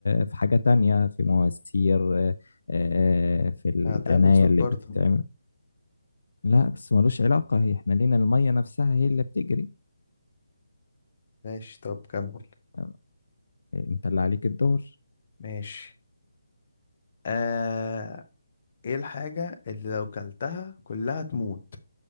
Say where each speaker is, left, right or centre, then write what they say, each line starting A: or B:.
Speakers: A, on the left; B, on the left.
A: في حاجة تانية في مواسير آه، آه، في القناية
B: هتعمل صوت
A: اللي
B: برضه
A: بتتعمل لا بس ملوش علاقة هي احنا لينا المية نفسها هي اللي بتجري
B: ماشي طب كمل
A: آه، انت اللي عليك الدور
B: ماشي آه ايه الحاجة اللي لو كلتها كلها تموت